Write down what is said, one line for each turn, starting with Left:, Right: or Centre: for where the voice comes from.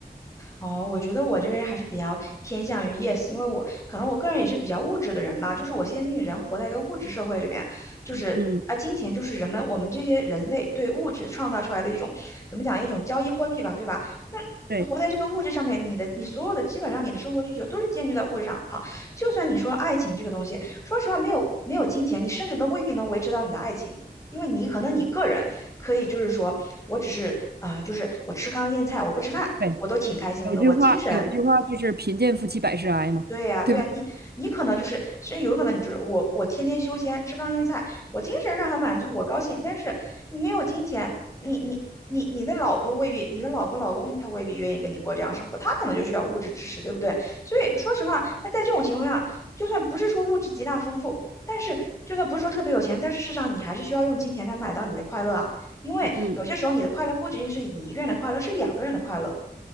Left: 哦，我觉得我这个人还是比较偏向于 yes，因为我可能我个人也是比较物质的人吧，就是我相信人活在一个物质社会里面，就是啊，
Right: 嗯，
Left: 金钱就是人们我们这些人类对物质创造出来的一种怎么讲一种交易货币吧，对吧？
Right: 对
Left: 那活在这个物质上面，你的你所有的基本上你的生活需求都是建立在物质上。好，就算你说爱情这个东西，说实话，没有没有金钱，你甚至都未必能维持到你的爱情，因为你可能你个人。可以就是说我只是啊、呃就是我吃糠咽菜，我不吃饭，
Right: 对，
Left: 我都挺开心的，
Right: 有一句话，
Left: 我精神
Right: 有一句话就是贫贱夫妻百事哀嘛，
Left: 对呀，
Right: 对不对？
Left: 对呀，你你可能就是，甚至有可能你就是我，我天天修仙吃糠咽菜，我精神上很满足，我高兴，但是你没有金钱，你你你你的老婆未必，你的老婆老公他未必愿意跟你过这样生活，他可能就需要物质支持，对不对？所以说实话，那在这种情况下，就算不是说物质极大丰富，但是就算不是说特别有钱，但是事实上你还是需要用金钱才买到你的快乐啊，因为有些时候你的快乐不仅仅是你一个人的快乐，
Right: 嗯嗯。
Left: 是两个人的快乐，